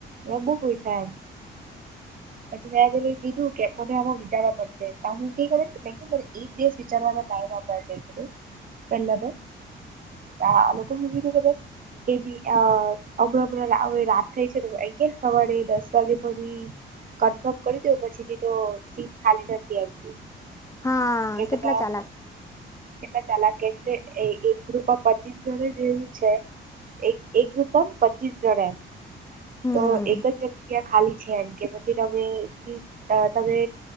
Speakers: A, on the right; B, on the left.
A: એ બો પૂયછા એમ. પછી મેં એને કીધું કે મને આમા વિચારવા પડશે તો હું કઈ મે કુ મને એક દિવસ વિચારવાનો ટાઈમ આપો મેં કીધું.
B: <inaudible>
A: પેલા તો આ આ લોકો એ હું કીધુ ખબર કે દી અ અમણે અમણે હવે રાત થેય છે તો <unintelligible> હવારે દસ વાગે ભરી કન્ફર્મ કરી દેવ પછીથી તો સીટ ખાલી નથી એમ કેય.
B: હા
A: કેગંટા.
B: કેટલા ચાલાક
A: કેટલા ચાલાક એમ કેય એક ગ્રુપમાં પચીસ જણ જ એવું છે. એક એક ગ્રુપમાં પચીસ જણા
B: હમ
A: તો એક જ જગ્યા ખાલી છે એમ કે બસ. કે તમે ભી તમે